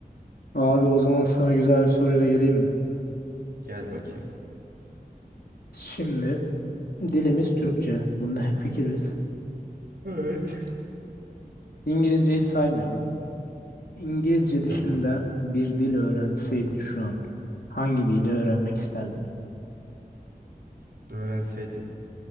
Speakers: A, on the left; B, on the right.
A: Abi o zaman sana güzel bir soruyla geleyim mi?
B: Gel bakayım.
A: Şimdi dilimiz Türkçe. Bunda <laughs> hemfikiriz.
B: Evet.
A: İngilizceyi saymıyorum. İngilizce dışında
B: Tamam.
A: bir dil öğrenseydin şu an hangi dili öğrenmek isterdin?
B: Öğrenseydim.